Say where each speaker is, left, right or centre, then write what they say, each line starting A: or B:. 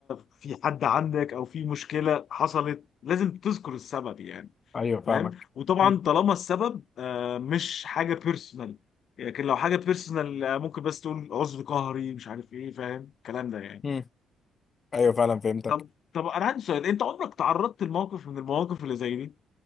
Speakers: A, on the left; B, on the left.
A: في حد عندك او في مشكله حصلت لازم تذكر السبب يعني
B: ايوه فاهمك
A: فاهم وطبعا
B: مم.
A: طالما السبب آه، مش حاجه بيرسونال لكن لو حاجه بيرسونال ممكن بس تقول عذر قهري مش عارف ايه فاهم الكلام ده يعني
B: مم. ايوه فعلا فهمتك
A: طب طب انا عندي سؤال انت عمرك تعرضت لموقف من المواقف اللي زي دي؟